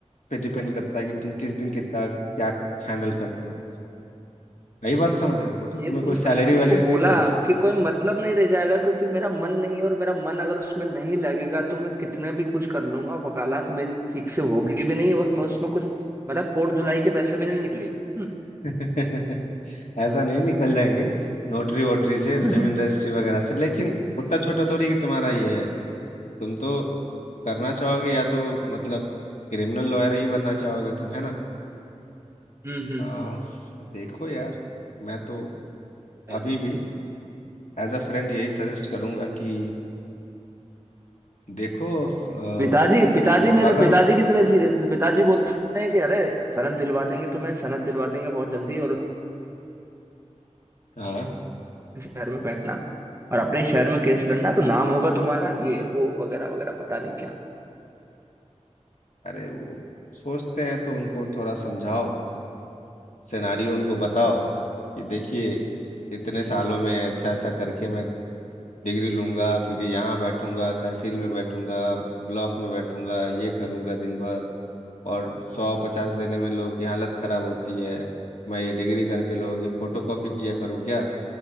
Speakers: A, on the left; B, on the right.
A: पे डिपेंड करता है कि तुम किस दिन कितना क्या हैंडल करते हो यही बात समझ रहे हो मतलब
B: ये
A: तुम्हें
B: तो
A: कोई
B: मैंने
A: सैलरी
B: उनको
A: वैलरी नहीं
B: बोला
A: दे रहा
B: कि कोई मतलब नहीं रह जाएगा क्योंकि मेरा मन नहीं है और मेरा मन अगर उसमें नहीं लगेगा तो मैं कितने भी कुछ कर लूंगा वकालत मेरी ठीक से होगी भी नहीं और मैं उसमें कुछ मतलब कोट धुलाई के पैसे भी नहीं निकलेंगे हम्म
A: <laughs> ऐसा नहीं निकल जाएंगे नोटरी वोटरी से
B: <laughs> हम्म
A: जमीन रजिस्ट्री वगैरह से लेकिन उतना छोटा थोड़ी कि तुम्हारा ये है तुम तो करना चाहोगे या तो मतलब क्रिमिनल लॉयर ही बनना चाहोगे तुम है ना
B: हम्म, हम्म।
A: अ, देखो यार मैं तो
B: अ,
A: अभी भी एज अ फ्रेंड यही सजेस्ट करूंगा कि देखो अ,
B: पिताजी पिताजी मेरे
A: अगर
B: पिताजी कितने सीरियस है पिताजी बोलते हैं कि अरे सनद दिलवा देंगे तुम्हें सनद दिलवा देंगे बहुत जल्दी और
A: हाँ
B: उस शहर में बैठना और अपने शहर में केस लड़ना तो नाम होगा तुम्हारा ये वो वगैरह वगैरह पता नहीं क्या
A: अरे वो सोचते हैं तो उनको थोड़ा समझाओ सिनारियो उनको बताओ कि देखिए इतने सालों में ऐसा ऐसा करके मैं डिग्री लूंगा फिर यहाँ बैठूंगा तहसील में बैठूंगा ब्लॉक में बैठूंगा ये करूंगा दिन भर और सौ पचास देने में लोगों की हालत खराब होती है मैं ये डिग्री करके लोगों की फोटो कॉपी किया करूँ क्या